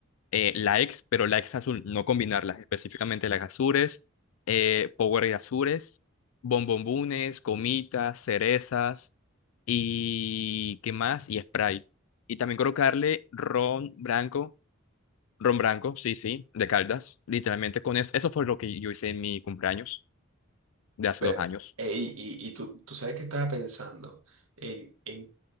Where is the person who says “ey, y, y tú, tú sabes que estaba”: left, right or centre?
Right